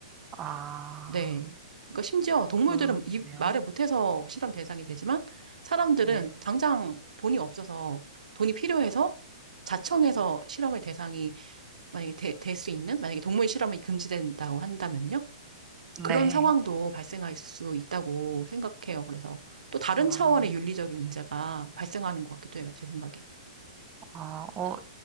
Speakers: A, on the right; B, on the right.
A: 아,
B: 네. 그러니까 심지어 동물들은
A: 그렇네요.
B: 이 말을 못해서 실험 대상이 되지만 사람들은
A: 네.
B: 당장 돈이 없어서 돈이 필요해서 자청해서 실험의 대상이 만약에 될 수 있는 만약에 동물 실험이 금지된다고 한다면요.
A: 네.
B: 그런 상황도 발생할 수 있다고 생각해요. 그래서 또 다른
A: 아,
B: 차원의 윤리적인 문제가 발생하는 것 같기도 해요. 제 생각엔.
A: 아, 어,